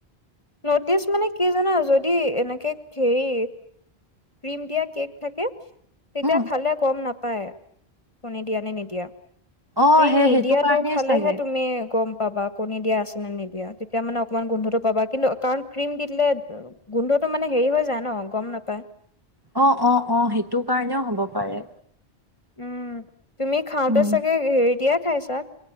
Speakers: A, on the left; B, on the right.
A: নটিচ মানে কি জানা যদি এনে কে হেৰী ক্ৰীম দিয়া কেক থাকে। তেতিয়া
B: উম
A: খালে গম নাপায় কণী দিয়া নে নিদিয়া?
B: অ
A: ক্ৰীম
B: সেই
A: নিদিয়টো
B: সেইটো কাৰণেই
A: খালেহে
B: চাগে
A: তুমি গম পাবা কণী দিয়া আছে নে নিদিয়া তেতিয়া মানে অকণমান গোন্ধটো পাবা কিন্তু কাৰণ ক্ৰীম দি দিলে গোন্ধটো মানে হেৰি হৈ যায় ন গম নাপায়।
B: অ- অ -অ সেইটো কাৰণেও হ'ব পাৰে।
A: উম। তুমি খাওঁতে
B: উম
A: চাগে হেৰি দিয়াক <unintelligible> ই ছাৰ